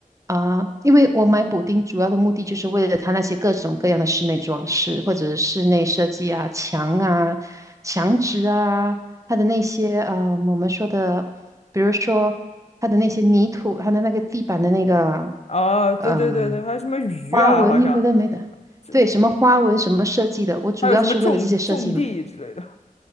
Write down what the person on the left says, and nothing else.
啊，对对对对，
还有什么鱼啊，
好像
这
还有什么种种地之类的。